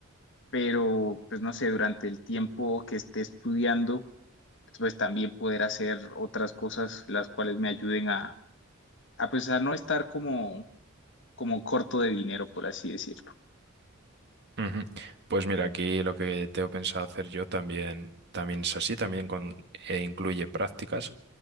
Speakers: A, on the left; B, on the right.
A: pero pues no sé, durante el tiempo que esté estudiando, pues también poder hacer otras cosas las cuales me ayuden a, a pues a no estar como, como corto de dinero, por así decirlo.
B: Ujú. Pues mira, aquí lo que tengo pensado hacer yo también, también es así, también con, e incluye prácticas,